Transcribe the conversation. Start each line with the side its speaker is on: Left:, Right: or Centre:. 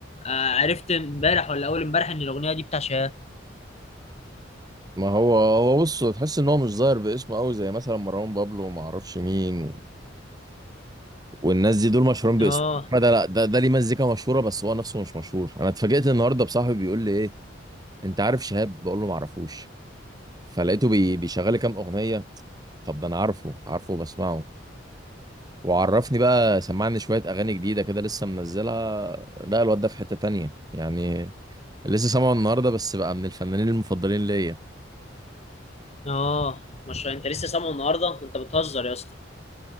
Left: آه، عرفت امبارح ولا اول امبارح ان الاغنيه دي بتاع شهاب
Right: ما هو هو بص تحس ان هو مش ظاهر باسمه قوي زي مثلا مروان بابلو وما اعرفش مين والناس دي دول مشهورين باسمهم
Left: اه
Right: انما ده لا ده ده ليه مزيكا مشهوره بس هو نفسه مش مشهور انا اتفاجئت النهارده بصاحبي بيقول لي ايه انت عارف شهاب بقول له ما اعرفوش فلقيته بي... بيشغل لي كام اغنيه طب ده انا عارفه عارفه وبسمعه وعرفني بقى سمعني شويه اغاني جديده كده لسه منزلها لا الواد ده في حته تانية يعني لسه سامعه النهارده بس بقى من الفنانين المفضلين ليا
Left: اه مش انت لسه سامعه النهارده انت بتهزر يا اسطى